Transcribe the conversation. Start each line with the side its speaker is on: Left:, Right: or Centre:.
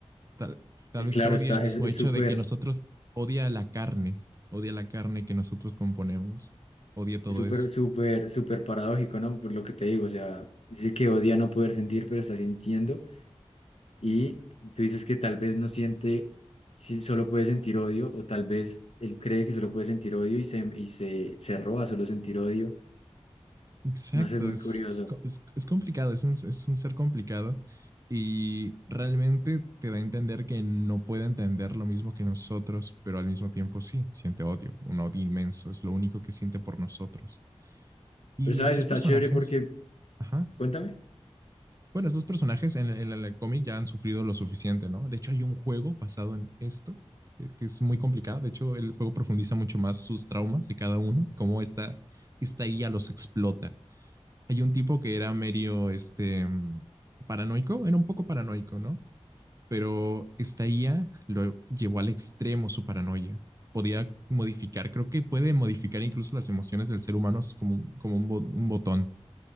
Right: tal, tal
Left: Es
Right: vez
Left: claro,
Right: odia
Left: está,
Right: el mismo
Left: es es
Right: hecho
Left: súper,
Right: de que nosotros odia la carne, odia la carne que nosotros componemos, odia todo
Left: es súper,
Right: eso.
Left: súper, súper paradójico, ¿no? Por lo que te digo, o sea, dice que odia no poder sentir, pero está sintiendo y tú dices que tal vez no siente, si solo puede sentir odio o tal vez él cree que solo puede sentir odio y se, y se, se roba solo sentir odio.
Right: Exacto,
Left: No sé, es muy
Right: es,
Left: curioso.
Right: es, es es complicado, es un, es un ser complicado y realmente te da a entender que no puede entender lo mismo que nosotros, pero al mismo tiempo sí, siente odio, un odio inmenso, es lo único que siente por nosotros. Y
Left: Pero sabes,
Right: estos
Left: está
Right: personajes,
Left: chévere porque,
Right: ajá,
Left: cuéntame.
Right: Bueno, estos personajes en, en el cómic ya han sufrido lo suficiente, ¿no? De hecho, hay un juego basado en esto eh, que es muy complicado. De hecho, el juego profundiza mucho más sus traumas de cada uno, cómo esta, esta IA los explota. Hay un tipo que era medio, este, mm, paranoico, era un poco paranoico, ¿no? Pero esta IA lo llevó al extremo su paranoia. Podía modificar, creo que puede modificar incluso las emociones del ser humano como, como un, bo- un botón.